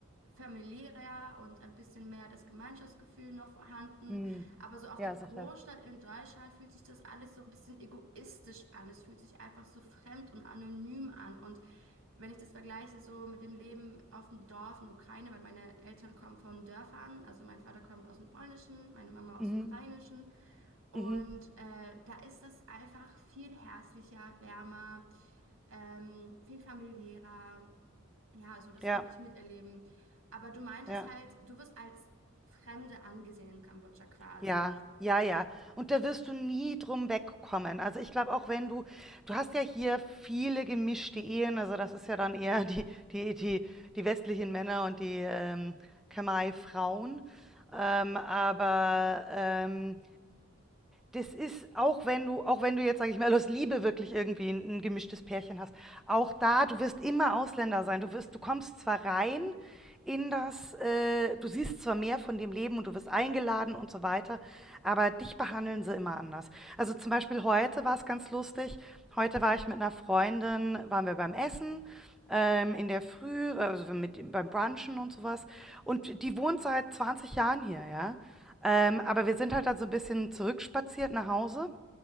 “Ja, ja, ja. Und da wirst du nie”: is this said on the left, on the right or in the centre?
Centre